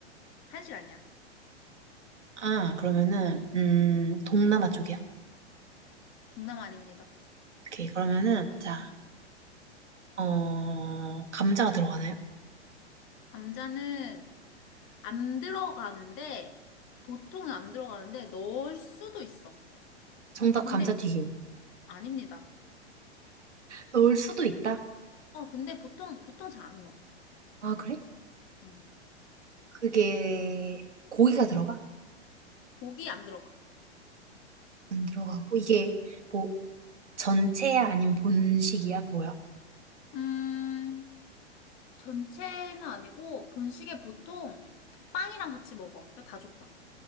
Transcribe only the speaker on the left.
한식 아니야.
동남 아닙니다.
감자는 안 들어가는데, 보통은 안 들어가는데, 넣을 수도 있어.
근데,
아닙니다.
어, 근데 보통, 보통 잘 안 넣어.
음.
고기 안 들어가.
음, 전체는 아니고, 본식에 보통 빵이랑 같이 먹어. 다 줬다.